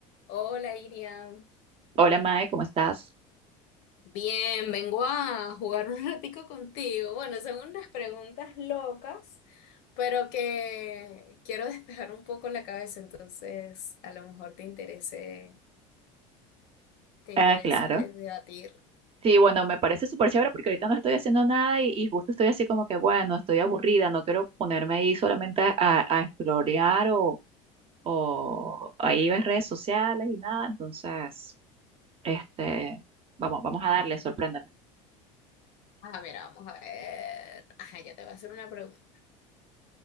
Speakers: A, on the left; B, on the right.
A: Hola, Iriam.
B: Hola Mae, ¿cómo estás?
A: Bien, vengo a jugar un <laughs> ratico contigo. Bueno, son unas preguntas locas, pero que quiero despejar un poco la cabeza, entonces a lo mejor te interese, te interese
B: Ah, claro.
A: debatir.
B: Sí, bueno, me parece súper chévere porque ahorita no estoy haciendo nada y, y justo estoy así como que, bueno, estoy aburrida, no quiero ponerme ahí solamente a, a explorar o, o ahí ver redes sociales y nada, entonces, este, vamos, vamos a darle, sorpréndeme.
A: Ah, mira, vamos a ver. Ajá, ya te voy a hacer una pregunta.